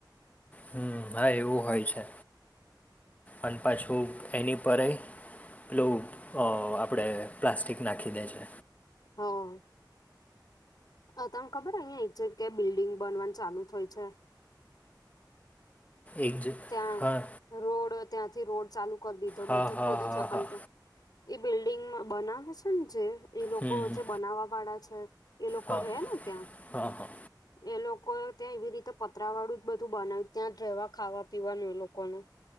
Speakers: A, on the left (about 20°); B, on the left (about 60°).
A: હમ હા એવું હોય છે અને પાછું એની પરય પેલું આપણે પ્લાસ્ટિક નાખી દે છે.
B: હા. અ તમને ખબર અહિયાં એ છે કે બિલ્ડિંગ બનવાનું ચાલુ હોય છે.
A: એક જ
B: ત્યાં
A: હા
B: રોડ ત્યાંથી રોડ ચાલુ કરી દીધો
A: હા
B: બધે
A: હા
B: ખોદ્યું
A: હા
B: છે પણ
A: હા
B: ત્યાં એ બિલ્ડિંગ બનાવે છે ને જે એ લોકો
A: હમ હમ
B: જે બનાવા વાળા છે. એ લોકો
A: હા
B: રહેે ને ત્યાં
A: હા હા
B: એ લોકો ત્યાં એવી રીતે પતરા વાળું જ બધું બનાવ્યું ત્યાં રહેવા ખાવા જીવાનું એ લોકો નુ